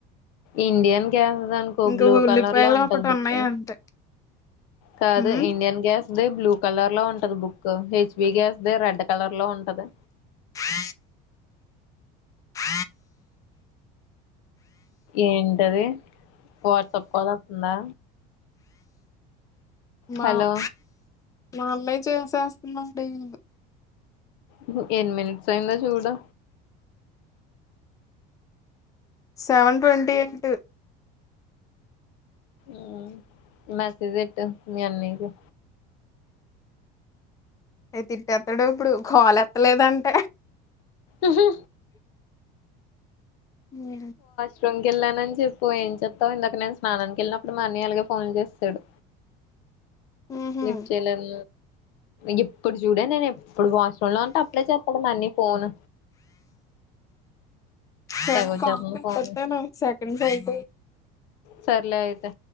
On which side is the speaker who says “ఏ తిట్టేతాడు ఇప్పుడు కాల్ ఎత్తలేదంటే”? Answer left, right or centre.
Left